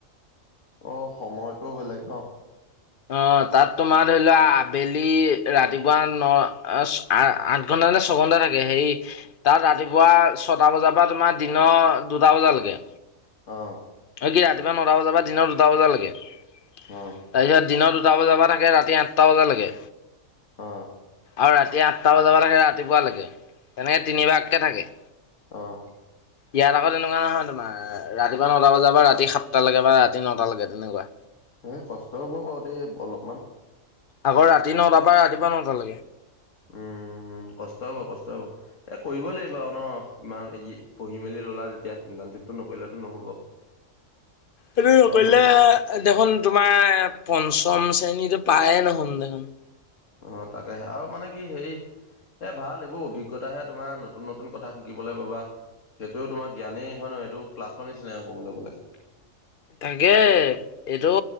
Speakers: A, on the left (about 70°); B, on the left (about 50°).
A: অ' সময়টো বেলেগ ন'?
B: অ' তাত তোমাৰ ধৰি লোৱা আবেলি ৰাতিপুৱা ন' <unintelligible> আ-আঠ ঘণ্টা নে ছঘণ্টা থাকে হেৰি তাত ৰাতিপুৱা ছটা বজাৰ পৰা তোমাৰ দিনৰ দুটা বজালৈকে।
A: অ'।
B: এই কি ৰাতিপুৱা নটা বজাৰ বা দিনৰ দুটা বজালৈকে, তাৰপিছত
A: অ',
B: দিনৰ যাব যাবা থাকে ৰাতি আঠটা বজালৈকে।
A: অ'।
B: আৰু ৰাতি আঠটা বজাৰ পৰা থাকে ৰাতিপুৱালৈকে, তেনেকে তিনিবাৰকৈ থাকে।
A: অ'।
B: ইয়াত আকৌ তেনেকুৱা নহয় তোমাৰ ৰাতিপুৱা ন টা বজাৰ বা ৰাতি সাতটালৈকে বা ৰাতি নটালৈ তেনেকুৱা।
A: এ, কষ্ট হ'ব বাৰু দেই অলপমান।
B: আগৰ ৰাতি নটাৰ পৰা ৰাতিপুৱা নটালৈকে।
A: উম, কষ্ট হ'ব, কষ্ট হ'ব। এতে কৰিবই লাগিব আৰু ন' ইমান পঢ়ি মেলি ল'লা যেতিয়া ইণ্টাৰ্ণশ্বিপটো নকৰিলেটো নহ'ব। <inaudible>
B: সেইটো নকৰিলে
A: আৰু ন
B: দেখোন তোমাৰ পঞ্চম শ্ৰেণীটো পায় নহুন দেখোন।
A: অ তাকে আৰু মানে কি হেৰি এ, ভাল এইবোৰ অভিজ্ঞতাহে তোমাৰ, নতুন নতুন কথা শিকিবলৈ পাবা। সেইটো তোমাৰ জ্ঞানেই হয় নহয়, সেইটো ক্লাছৰ নিচিনাই আৰু ক'বলৈ গ'লে।
B: তাকে এইটো